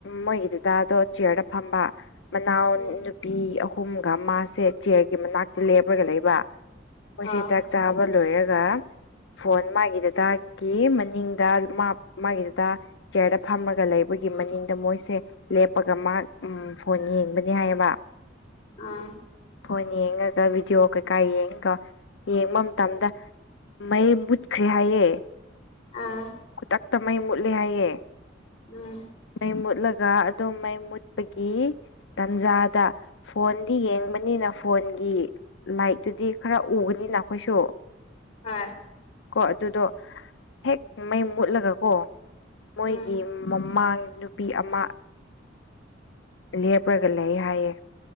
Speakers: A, on the left; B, on the left.
A: ꯃꯣꯏꯒꯤ ꯗꯥꯗꯥꯗꯣ ꯆꯤꯌ꯭ꯔꯗ ꯐꯝꯕ ꯃꯅꯥꯎ
B: ꯎꯝ
A: ꯅꯨ ꯅꯨꯄꯤ ꯑꯍꯨꯝꯒ ꯃꯥꯁꯦ ꯆꯤꯌ꯭ꯔꯒꯤ ꯃꯅꯥꯛꯇ ꯂꯦꯞꯔꯒ ꯂꯩꯕ ꯃꯣꯏꯖꯦ
B: ꯑꯥ
A: ꯆꯥꯛ ꯆꯥꯕ ꯂꯣꯏꯔꯒ ꯐꯣꯟ ꯃꯥꯒꯤ ꯗꯥꯗꯥꯒꯤ ꯃꯅꯤꯡꯗ ꯃ ꯃꯥꯒꯤ ꯗꯥꯗꯥ ꯆꯤꯌ꯭ꯔꯗ ꯐꯝꯔꯒ ꯂꯩꯕꯒꯤ ꯃꯅꯤꯡꯗ ꯃꯣꯏꯁꯦ ꯂꯦꯞꯄꯒ ꯃꯥ ꯎꯝ ꯐꯣꯟ ꯌꯦꯡꯕꯅꯤ ꯍꯥꯏꯌꯦꯕ
B: ꯑꯝ
A: ꯐꯣꯟ ꯌꯦꯡꯉꯒ ꯕꯤꯗꯤꯌꯣ ꯀꯩꯀꯥ ꯌꯦꯡꯉꯒ ꯌꯦꯡꯕ ꯃꯇꯝꯗ ꯃꯩ ꯃꯨꯠꯈ꯭ꯔꯦ ꯍꯥꯏꯌꯦ
B: ꯑꯝ
A: ꯈꯨꯗꯛꯇ ꯃꯩ ꯃꯨꯠꯂꯦ ꯍꯥꯏꯌꯦ
B: ꯎꯝ
A: ꯃꯩ ꯃꯨꯠꯂꯒ ꯑꯗꯨ ꯃꯩ ꯃꯨꯠꯄꯒꯤ ꯇꯥꯟꯖꯥꯗ ꯐꯣꯟꯗꯤ ꯌꯦꯡꯕꯅꯤꯅ ꯐꯣꯟꯒꯤ ꯂꯥꯏꯠꯇꯨꯗꯤ ꯈꯔ ꯎꯒꯅꯤꯅ ꯑꯩꯈꯣꯏꯁꯨ
B: ꯍꯣꯏ
A: ꯀꯣ ꯑꯗꯨꯗꯣ ꯍꯦꯛ ꯃꯩ ꯃꯨꯠꯂꯒ ꯀꯣ ꯃꯣꯏꯒꯤ
B: ꯎꯝ ꯍꯣꯏ ꯎꯝ
A: ꯃꯃꯥꯡ ꯅꯨ ꯅꯨꯄꯤ ꯑꯃ ꯂꯦꯞꯔꯒ ꯂꯩ ꯍꯥꯏꯌꯦ